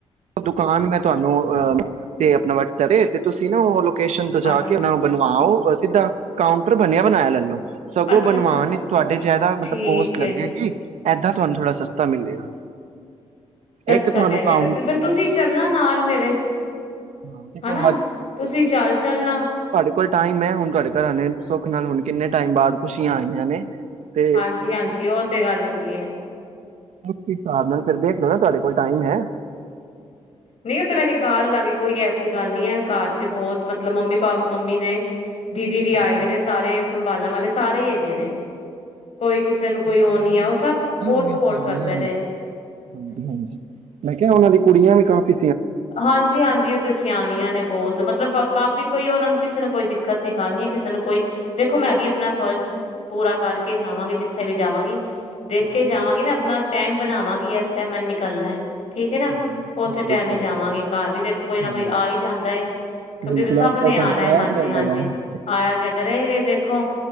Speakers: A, on the right; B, on the left.
A: ਦੁਕਾਨ ਮੈਂ ਤੁਹਾਨੂੰ ਅ ਤੇ ਆਪਣਾ ਬਟ ਤੇ ਤੁਸੀਂ ਨਾ ਉਹ ਮਤਲਬ ਸ਼ਟੇਸ਼ਨ ਤੋ
B: ਹਾਂਜੀ
A: ਜਾ ਕੇ ਉਹਨਾਂ ਨੂੰ ਬਣਵਾਓ, ਸਿੱਧਾ ਕਾਊਂਟਰ ਬਣਿਆ ਬਣਾਇਆ ਲੈਲੋ, ਸਗੋਂ
B: ਅੱਛਾ
A: ਬਣਵਾਨ
B: ਅੱਛਾ
A: ਤੁਹਾਡੇ ਚ ਇਹਦਾ ਮਤਲਬ
B: ਠੀਕ
A: ਕੋਸਟ ਲੱਗੇਗੀ।
B: ਹੈ
A: ਏਦਾਂ ਤੁਹਾਨੂੰ ਥੋੜ੍ਹਾ ਸਸਤਾ ਮਿਲੇਗਾ।
B: ਸਸਤਾ
A: ਇੱਕ ਤੁਹਾਨੂੰ
B: ਮਿਲ
A: ਕੰਮ,
B: ਜਾਏਗਾ ਤੇ ਫੇਰ ਤੁਸੀਂ ਚੱਲਣਾ ਨਾਲ ਮੇਰੇ
A: ਹਾਂ ਦੇਖੋ
B: ਹਨਾ, ਤੁਸੀਂ ਚੱਲ ਚੱਲਣਾ।
A: ਬਿਲਕੁਲ ਟਾਈਮ ਹੈ, ਹੁਣ ਤੁਹਾਡੇ ਘਰਾਂ ਨੇ ਸੁੱਖ ਨਾਲ ਹੁਣ ਕਿੰਨੇ ਟਾਈਮ ਬਾਅਦ ਖੁਸ਼ੀਆਂ ਆਈਆਂ ਨੇ। ਤੇ
B: ਹਾਂਜੀ-ਹਾਂਜੀ ਉਹ ਤੇ ਗੱਲ ਹੈਗੀ ਹੈ,
A: ਉਸ ਹਿਸਾਬ ਨਾਲ ਫਿਰ ਦੇਖ ਲਓ, ਨਾ ਤੁਹਾਡੇ ਕੋਲ ਟਾਈਮ ਹੈ।
B: ਨਹੀਂ ਉਹ ਤੇ ਮੈਂ ਨਿਕਾਲ ਲਾਂਗੀ ਕੋਈ ਐਸੀ ਗੱਲ ਨੀ ਹੈ, ਘਰ ਚ ਬਹੁਤ ਮਤਲਬ ਮੰਮੀ ਪਾ ਮੰਮੀ ਨੇ, ਦੀਦੀ
A: ਹਾਂਜੀ
B: ਵੀ ਆਏ ਦੇ
A: ਹਾਂਜੀ
B: ਨੇ ਸਾਰੇ, ਸੰਭਾਲਣ ਵਾਲੇ ਸਾਰੇ ਹੀ ਹੈਗੇ ਨੇ, ਕੋਈ ਕਿਸੇ ਨੂੰ ਕੋਈ ਉਹ
A: ਕੁੜੀਆਂ
B: ਨੀ ਹੈ
A: ਵੀ
B: ਉਹ ਸਭ ਬਹੁਤ ਸਪੋਰਟ
A: ਸਿਆਣੀ
B: ਕਰਦੇ
A: ਹ
B: ਨੇ
A: ਹਾਂਜੀ ਮੈਂ ਕਿਹਾ ਉਹਨਾਂ ਦੀ ਕੁੜੀਆਂ ਵੀ ਕਾਫੀ
B: ਹਾਂਜੀ -ਹਾਂਜੀ ਸਿਆਣੀਆਂ ਨੇ ਬਹੁਤ ਮਤਲਬ ਕਾਫ਼ੀ ਕੋਈ ਉਹਨਾਂ ਨੂੰ ਕਿਸੇ ਨੂੰ ਕੋਈ ਦਿੱਕਤ ਦੀ ਗੱਲ ਨੀ ਹੈ ਕਿਸੇ ਨੂੰ ਕੋਈ ਦੇਖੋ ਮੈਂ ਵੀ ਆਪਣਾ ਫਰਜ਼ ਪੂਰਾ ਕਰਕੇ ਜਾਵਾਂਗੀ ਜਿੱਥੇ ਵੀ ਜਾਵਾਂਗੀ। ਦੇਖ
A: ਹਾਂ
B: ਕੇ
A: ਹਾਂ
B: ਜਾਵਾਂਗੇ
A: ਬਿਲਕੁਲ
B: ਨਾ ਆਪਣਾ ਟਾਈਮ ਬਣਾਵਾਂਗੀ ਇਸ ਟਾਈਮੈਨ ਨਿਕਲਣਾ। ਠੀਕ ਨਾ
A: ਹਾਂ ਬਿਲਕੁਲ
B: ਉਸ
A: ਸਹੀ
B: ਟਾਈਮ
A: ਕਹਿ
B: ਵਿੱਚ
A: ਰਹੇ ਤੁਸੀਂ
B: ਵਾਂਗੀ ਘਰ ਵੀ ਦੇਖੋ ਕੋਈ ਨਾ
A: ਹਾਂ
B: ਕੋਈ ਆ ਹੀ ਜਾਂਦਾ ਹੈ ਕਿਉਂਕਿ
A: ਬਿਲਕੁਲ
B: ਸਭ
A: ਅੱਜ ਕੱਲ
B: ਨੇ
A: ਤੁਹਾਨੂੰ
B: ਆਣਾ ਹੈ
A: ਆਇਆ
B: ਹਾਂਜੀ
A: ਗਿਆ
B: ਹਾਂਜੀ
A: ਬੜਿਆ ਹਾਂ
B: ਆਇਆ ਗਿਆ ਤੇ ਰਹੇ ਗਏ ਦੇਖੋ